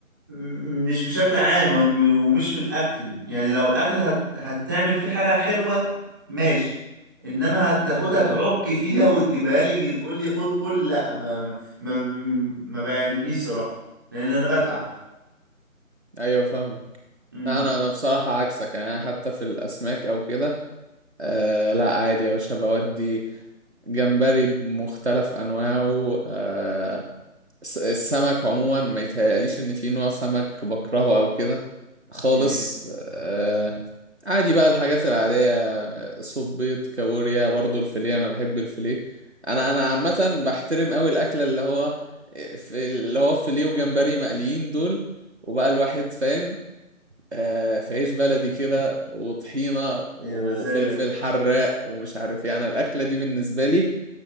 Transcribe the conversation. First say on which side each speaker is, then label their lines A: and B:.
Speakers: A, on the right; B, on the right.
A: مش بشكل عام وم- ومش في الاكل يعني لو اكل هت... هتعمل فيه حاجه حلوه ماشي انما هتاخدها
B: امم
A: تعك فيها وتجيبها لي تقول لي خد كل لا ما ما ما ما بيعجبنيش صراحه لان انا بتعب
B: ايوه فاهمك
A: امم
B: لا انا انا بصراحه عكسك يعني انا حتى في الاسماك او كده آه لا عادي يا باشا بودي جمبري بمختلف انواعه آه الس- السمك عموما ما يتهيأليش ان في نوع سمك بكرهه او كده خالص
A: يا
B: آه، عادي بقى الحاجات العادية صوب بيض كابوريا برضو الفيليه أنا بحب الفيليه أنا أنا عامة بحترم أوي الأكلة اللي هو في اللي هو فيليه وجمبري مقليين دول وبقى الواحد فاهم آه في عيش بلدي كده وطحينة وفلفل
A: يا مزاجك
B: حراق ومش عارف يعني الأكلة دي بالنسبة لي